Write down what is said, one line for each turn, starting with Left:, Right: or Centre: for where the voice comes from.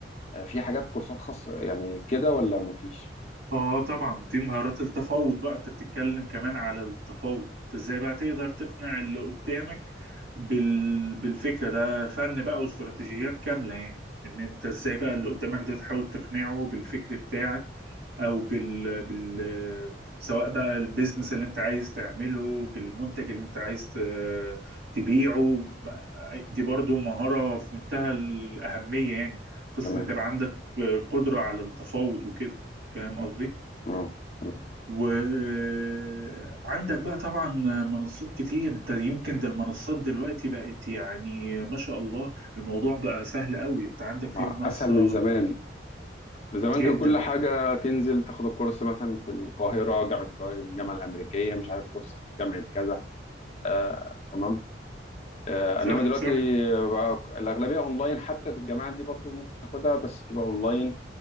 Left: آه، في حاجات كورسات خاصة يعني كده ولا مفيش
Right: اه طبعا دي مهارات التفاوض بقى انت بتتكلم كمان على التفاوض انت ازاي بقى تقدر تقنع اللي قدامك بال... بالفكرة ده فن بقى واستراتيجيات كاملة يعني ان انت ازاي بقى اللي قدامك ده تحاول تقنعه بالفكر بتاعك او بال... بال... سواء بقى البيزنس اللي انت عايز تعمله بالمنتج اللي انت عايز ت... تبيعه دي برضو مهارة في منتهى الأهمية يعني قصة
Left: تمام
Right: انت بقى عندك قدرة على التفاوض وكده فاهم قصدي؟
Left: اه تمام
Right: وعندك بقى طبعا منصات كتير انت يمكن ده المنصات دلوقتي بقت يعني ما شاء الله الموضوع بقى سهل قوي انت عندك في
Left: آه،
Right: منصة
Left: اسهل من زمان زمان
Right: جدا
Left: كان كل حاجة تنزل تاخد الكورس مثلا في القاهرة جامعة القاهرة الجامعة الأمريكية مش عارف كورس في جامعة كذا آه، تمام آه،
Right: صح
Left: إنما دلوقتي
Right: صح
Left: بقى الأغلبية أونلاين حتى في الجامعات دي برضو ممكن تاخدها بس تبقى أونلاين